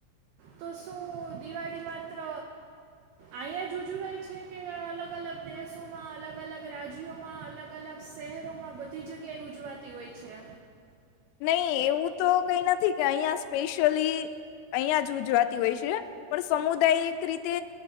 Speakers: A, on the right (about 80°); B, on the left (about 85°).
A: તો શું દિવાળી માત્ર અહીં જ ઉજવાય છે કે અલગ અલગ દેશોમાં, અલગ અલગ રાજ્યોમાં, અલગ અલગ શહેરોમાં, બધી જગ્યાએ ઉજવાતી હોય છે.
B: નહી એવું તો કઈ નથી કે અહિયાં સ્પેશિયલી અહીયાં જ ઉજવાતી હોય છે પણ સમુદાયિક એક રીતે